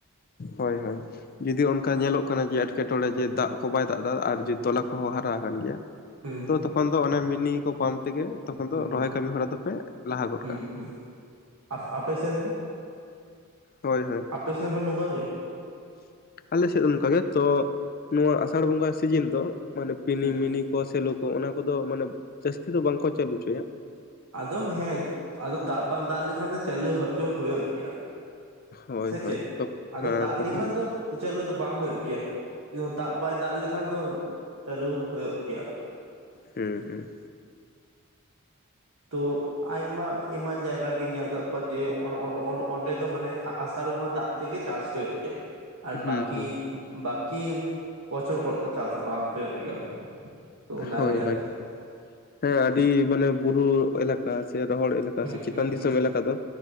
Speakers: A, on the left; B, on the right.
A: ᱦᱚᱭ ᱦᱚᱭ ᱡᱩᱫᱤ ᱚᱱᱠᱟ ᱧᱮᱞᱚᱜ ᱠᱟᱱᱟ ᱡᱮ ᱮᱸᱴᱠᱮ-ᱴᱚᱬᱮ ᱡᱮ ᱫᱟᱜ ᱠᱚ ᱵᱟᱭ ᱫᱟᱜ ᱮᱫᱟ ᱟᱨ ᱡᱮ ᱛᱚᱞᱟ ᱦᱚ ᱦᱟᱨᱟ ᱠᱟᱱ ᱜᱮᱭᱟ ᱾
B: ᱦᱮᱸ
A: ᱛᱚᱠᱷᱚᱱ ᱫᱚ ᱚᱱᱟ ᱢᱤᱱᱤ ᱠᱚ ᱯᱟᱢ ᱛᱮᱜᱮ ᱛᱚᱠᱷᱚᱱ
B: ᱦᱩᱸ
A: ᱫᱚ ᱨᱚᱦᱚᱭ ᱠᱟᱹᱢᱤ ᱦᱚᱨᱟ ᱫᱚᱯᱮ ᱞᱟᱦᱟ
B: ᱦᱩᱸ
A: ᱜᱚᱫ ᱠᱟᱜᱼᱟ
B: ᱦᱩᱸ
A: ᱾
B: ᱦᱩᱸ ᱟᱯ ᱟᱯᱮᱥᱱ
A: ᱦᱳᱭ ᱦᱳᱭ
B: ᱟᱯᱮᱥᱮᱱ ᱦᱚᱸ ᱱᱚᱝᱠᱟ ᱜᱮ?
A: ᱟᱞᱮ ᱥᱮᱫ ᱫᱚ ᱱᱚᱝᱠᱟ ᱜᱮ᱾ ᱛᱚ ᱱᱚᱣᱟ ᱟᱥᱟᱲ ᱵᱚᱸᱜᱟ ᱥᱤᱡᱤᱱ ᱫᱚ ᱢᱟᱱᱮ ᱯᱤᱱᱤ
B: ᱦᱩᱸ
A: ᱢᱤᱱᱤ ᱠᱚ ᱥᱮᱞᱚ ᱠᱚ ᱚᱱᱟ ᱠᱚᱫᱚ ᱢᱟᱱᱮ ᱡᱟᱹᱥᱛᱤ ᱫᱚ ᱵᱟᱝ ᱠᱚ ᱪᱟᱹᱞᱩ ᱦᱚᱪᱚᱭᱟ᱾
B: ᱟᱫ ᱦᱮᱸ ᱟᱫᱚ ᱫᱟᱜ ᱵᱟᱭ ᱫᱟᱜ ᱞᱮᱠᱷᱟᱱ ᱫᱚ ᱪᱟᱹᱞᱩ ᱦᱚᱪᱚ ᱦᱳᱭᱳᱜ ᱜᱮᱭᱟ ᱾
A: ᱦᱳᱭ
B: ᱥᱮ
A: ᱦᱳᱭ
B: ᱪᱮᱫ, ᱟᱫᱚ
A: ᱦᱮᱸ
B: ᱫᱟᱜ
A: ᱛᱚᱠᱷᱚᱱ
B: ᱞᱮᱠᱷᱟᱱ ᱫᱚ ᱪᱟᱹᱞᱩ ᱫᱚ ᱵᱟᱝ ᱦᱳᱭᱳᱜ ᱜᱮᱭᱟ᱾ ᱠᱤᱱᱛᱩ ᱫᱟᱜ ᱵᱟᱭ ᱫᱟᱜ ᱞᱮᱠᱷᱟᱱ ᱫᱚ ᱪᱟᱹᱞᱩ ᱦᱳᱭᱳᱜ ᱜᱮᱭᱟ ᱾
A: ᱦᱩᱸ ᱦᱩᱸ
B: ᱛᱚ ᱟᱭᱢᱟ ᱮᱢᱟᱱ ᱡᱟᱭᱜᱟ ᱨᱮᱜᱮᱧ ᱧᱮᱞ ᱠᱟᱫ ᱠᱚᱣᱟ ᱡᱮ ᱚᱸᱰᱮ ᱫᱚ ᱢᱟᱱᱮ ᱟᱥᱟᱲ ᱵᱚᱸᱜᱟ ᱫᱟᱜ ᱛᱮᱜᱮ ᱪᱟᱥ ᱦᱳᱭᱳᱜ ᱜᱮᱭᱟ ᱾ ᱟᱨ
A: ᱦᱩᱸ
B: ᱵᱟᱠᱤ
A: ᱦᱩᱸ
B: ᱵᱟᱠᱤ ᱵᱚᱪᱷᱚᱨ ᱠᱚᱨᱮᱜ ᱫᱚ ᱪᱟᱥ ᱵᱟᱝ ᱦᱳᱭᱳᱜ ᱜᱮᱭᱟ᱾ ᱛᱚ ᱚᱱᱟᱜᱮ
A: ᱦᱳᱭ
B: ᱟᱨᱠᱤ
A: ᱦᱳᱭ ᱦᱳᱭ ᱦᱮᱸ ᱟᱹᱰᱤ ᱢᱟᱱᱮ ᱵᱩᱨᱩ ᱮᱞᱟᱠᱟ ᱥᱮ ᱨᱚᱦᱚᱲ ᱮᱞᱟᱠᱟ᱾
B: ᱦᱩᱸ
A: ᱪᱮᱫᱟᱜ ᱥᱮ ᱪᱮᱛᱟᱱ ᱫᱤᱥᱚᱢ ᱮᱞᱟᱠᱟ ᱫᱚ